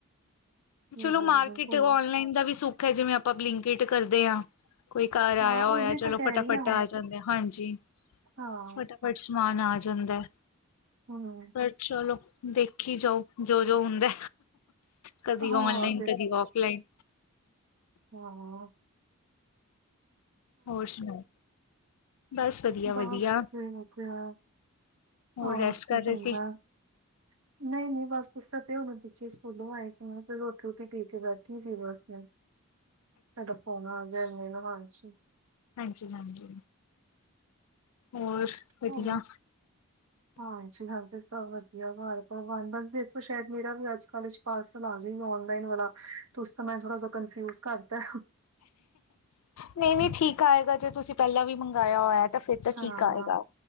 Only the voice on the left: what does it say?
ਚਲੋ
ਮਾਰਕੀਟ
ਔਨਲਾਈਨ ਦਾ ਵੀ ਸੁੱਖ ਹੈ ਜਿਵੇਂ ਆਪਾਂ ਬਲਿੰਕਿਟ ਕਰਦੇ ਹਾਂ ਕੋਈ ਘਰ
ਆਇਆ ਹੋਇਆ
ਚਲੋ
ਫਟਾਫਟ
ਆ ਜਾਂਦੇ ਆ ਹਾਂਜੀ।
ਫਟਾਫਟ ਸਮਾਨ ਆ ਜਾਂਦਾ ਐ
ਪਰ ਚਲੋ ਦੇਖੀ ਜਾਓ ਜੋ ਜੋ ਹੁੰਦਾ। ਕਦੀ
ਔਨਲਾਈਨ ਕਦੀ ਔਫਲਾਈਨ
ਹੋਰ ਸੁਣਾਓ ਬਸ। ਵਧੀਆ-ਵਧੀਆ
ਰੈਸਟ
ਕਰ ਰਹੇ
ਸੀ।
ਹਾਂਜੀ ਹਾਂਜੀ ਹੋਰ ਵਧੀਆ।
ਨਹੀਂ ਨਹੀਂ ਠੀਕ ਆਏਗਾ ਜੇ ਤੁਸੀਂ ਪਹਿਲਾਂ ਵੀ ਮੰਗਵਾਇਆ ਹੋਇਆ ਤਾਂ। ਫੇਰ ਤਾਂ
ਠੀਕ ਆਏਗਾ